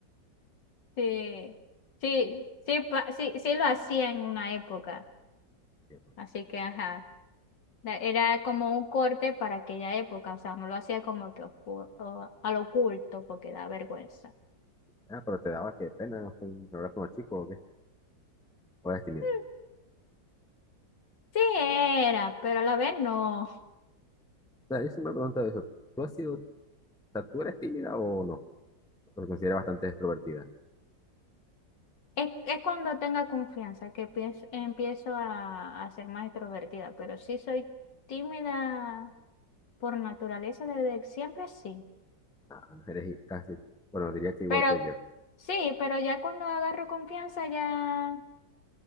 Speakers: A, on the left; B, in the centre.
A: Sí, sí, sí, pa- sí, sí lo hacía en una época,
B: Y yo,
A: así que ajá, la- era como un corte para aquella época, o sea, no lo hacía como que oscu- o- al oculto porque da vergüenza.
B: Ah, pero te daba que pena ¿no? con- hablar con los chicos o qué. O eres tímida.
A: Mm, Sí era, pero a la vez no.
B: O sea, yo siempre me pregunto eso. ¿Tú has sido, o sea, tú eres tímida o no? Porque considero bastante extrovertida.
A: Es, es cuando tenga confianza que pienso- empiezo a, a ser más extrovertida, pero sí soy tímida por naturaleza desde siempre, sí.
B: Ah, no, eres i- casi, bueno, diría que igual
A: Pero
B: que yo.
A: sí, pero ya cuando agarro confianza ya...